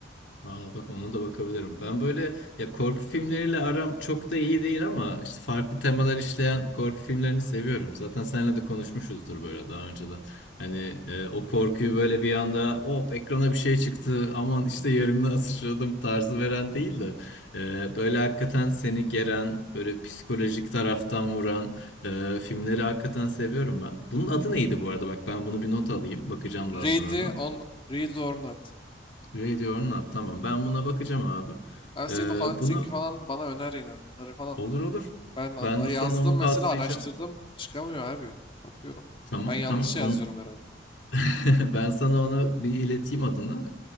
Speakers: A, on the left; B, on the left.
A: Aa, bak ona da bakabilirim. Ben böyle ya korku filmleriyle aram çok da iyi değil ama işte farklı temalar işleyen korku filmlerini seviyorum. Zaten seninle de konuşmuşuzdur böyle daha önceden. Hani e, o korkuyu böyle bir anda hop ekrana bir şey çıktı aman işte yerimden sıçradım tarzı veren değil de e, böyle hakikaten seni geren böyle psikolojik taraftan vuran e, filmleri hakikaten seviyorum ben. Bunun adı neydi bu arada? Bak ben bunu bir not alayım bakacağım
B: Ready
A: daha sonradan.
B: on Read or Not.
A: Radio or Not. Tamam. Ben buna bakacağım abi.
B: Ben senin
A: Ee,
B: o Hunting
A: bunu
B: falan da bana öner yine onları falan.
A: olur olur.
B: Ben
A: Ben
B: a-
A: de
B: yazdım
A: sana onu
B: mesela
A: paslayacağım.
B: araştırdım çıkamıyor abi. Bakıyorum.
A: Tamam
B: Ben yanlış
A: tamam.
B: yazıyorum
A: On...
B: herhalde.
A: <laughs> ben sana ona bir ileteyim adını.